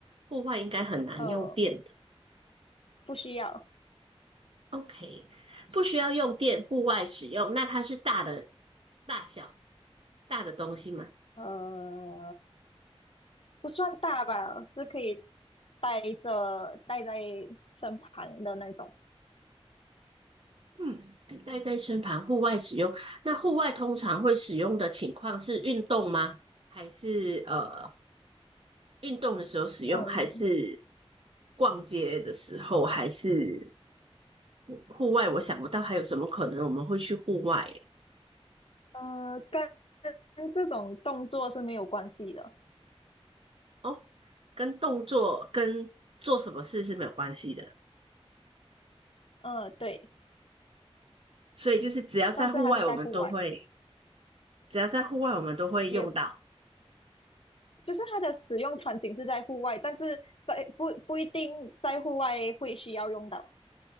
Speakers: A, on the right; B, on the left.
A: 户外应该很难用电
B: 呃，不需要。
A: OK，不需要用电，户外使用。那它是大的、大小、大的东西吗？
B: 呃，不算大吧，是可以带着带在身旁的那种。
A: 嗯，带在身旁，户外使用。那户外通常会使用的情况是运动吗？还是呃运动的时候使用？
B: 嗯
A: 还是逛街的时候？还是户外？我想不到还有什么可能我们会去户外欸
B: 呃，跟跟这种动作是没有关系的。
A: 哦，跟动作跟做什么事是没有关系的。
B: 嗯、对，
A: 所以就是只要在户外，
B: 但是它是在户外，
A: 我们都会只要在户外，我们都会用到。
B: 也就是它的使用场景是在户外，但是在不不一定在户外会需要用到。